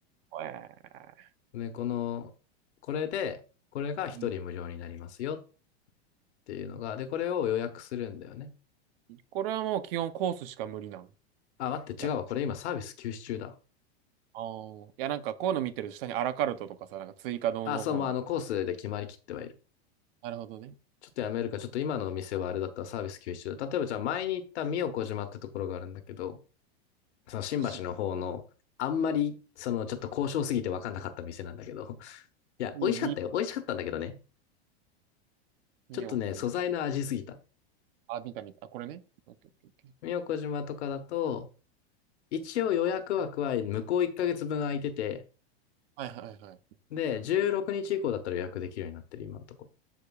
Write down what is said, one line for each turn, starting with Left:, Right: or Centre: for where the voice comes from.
Right: えー
Left: で、この、これで、これが一人無料になりますよっ
Right: うん
Left: ていうのが、で、これを予約するんだよね。
Right: これはもう基本コースしか無理なの。
Left: あ、待って、
Right: やっぱ、
Left: 違うわ。これ今サービス休止中だ。
Right: あーいや、なんかこういうの見てると下にアラカルトとかさ、なんか追加どうのこうの。
Left: あ、そう、もうあのコースで決まりきってはいる。
Right: なるほどね。
Left: ちょっとやめるか、ちょっと今のお店はあれだったらサービス休止中だ。例えばじゃあ前に行った宮古島ってところがあるんだけど、その新橋の方の、
Right: 寿司、
Left: あんまり、そのちょっと交渉すぎて分かんなかった店なんだけど。<laughs> いや、
Right: に、
Left: 美味しかったよ。
Right: に、
Left: 美味しかったんだけどね。
Right: みよこに。
Left: ちょっとね、素材の味すぎた。
Right: あ、見た見た。あ、これね。オッケーオッケーオッケー。
Left: 宮古島とかだと、一応予約枠は向こう1ヶ月分空いてて、
Right: はいはいはい。
Left: で、16日以降だったら予約できるようになってる、今のとこ。